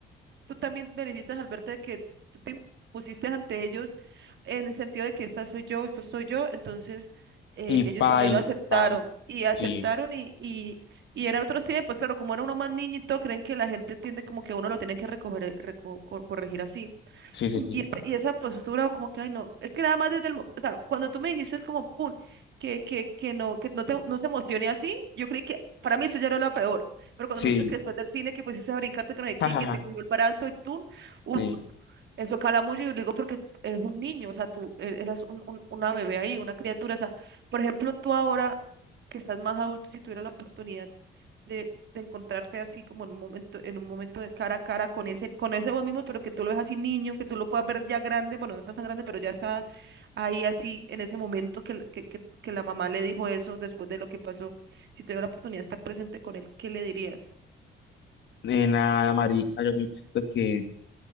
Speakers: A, on the right; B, on the left.
A: tú también me dijiste, Alberto, de que tú te impusiste ante ellos en el sentido de que esta soy yo, esto soy yo, entonces eh,
B: Y
A: ellos
B: baila,
A: también lo aceptaron
B: y baila.
A: y aceptaron
B: Sí,
A: y, y, y era otros tiempos, claro, como era uno más niñito, creen que la gente tiende como que a uno lo tienen que recoger, reco- co- corregir así.
B: sí, sí, sí.
A: Y, e- y esa postura como que, ay, no, es que nada más desde el, mo- o sea, cuando tú me dijiste es como, pum, que, que, que no, que no, te, no se emocione así, yo creí que, para mí eso ya era lo peor, pero cuando
B: Sí,
A: me dices que después del cine que pusiste a brincarte que no sé qué,
B: <laughs> jajaja,
A: y que te cogió el brazo y tú, uf,
B: sí.
A: eso cala mucho, y yo le digo porque es un niño, o sea, tú e- eras un- un- una bebé ahí, una criatura, o sea, por ejemplo, tú ahora que estás más adulto, si tuvieras la oportunidad de, de encontrarte así como en un momento, en un momento de cara a cara con ese, con ese vos mismo, pero que tú lo ves así niño, que tú lo puedas ver ya grande, bueno, no estás tan grande, pero ya está ahí así en ese momento que, que, que, que la mamá le dijo eso después de lo que pasó. Si tuvieras la oportunidad de estar presente con él, ¿qué le dirías?
B: nena marica, yo siento que